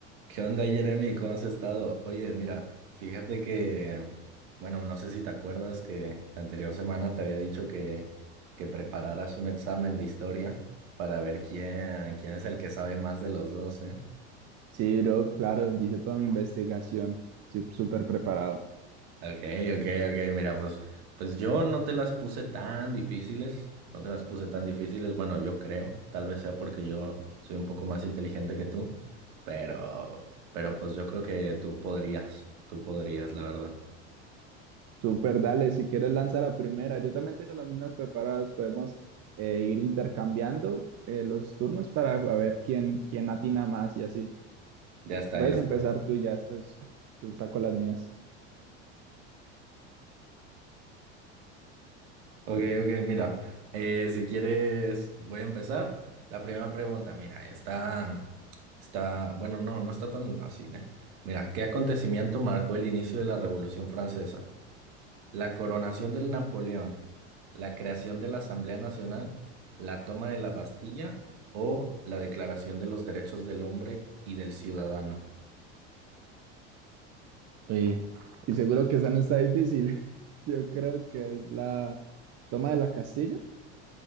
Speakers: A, on the right; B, on the right.
A: ¿Qué onda, Jeremy? ¿Cómo has estado? Oye, mira, fíjate que, bueno, no sé si te acuerdas que la anterior semana te había dicho que, que prepararas un examen de historia para ver quién, quién es el que sabe más de los dos, ¿eh?
B: Sí, bro, claro, hice toda mi investigación. Estoy súper preparado.
A: Ok, ok, ok, mira, pues, pues yo no te las puse tan difíciles, no te las puse tan difíciles, bueno, yo creo, tal vez sea porque yo soy un poco más inteligente que tú, pero, pero pues yo creo que tú podrías, tú podrías, la verdad.
B: Súper, dale, si quieres lanza la primera. Yo también tengo las mismas preparadas. Podemos eh, ir intercambiando eh, los turnos para ver quién, quién atina más y así.
A: Ya está,
B: Puedes
A: ya está.
B: empezar tú y ya después te saco las mías.
A: Ok, ok, mira, eh, si quieres, voy a empezar. La primera pregunta, mira, está, está, bueno, no, no está tan fácil, ¿eh? Mira, ¿qué acontecimiento marcó el inicio de la Revolución Francesa? La coronación del Napoleón, la creación de la Asamblea Nacional, la toma de la Bastilla o la Declaración de los Derechos del Hombre y del Ciudadano.
B: Uy, Y seguro que esa no está difícil. <laughs> Yo creo que es la toma de la Castilla.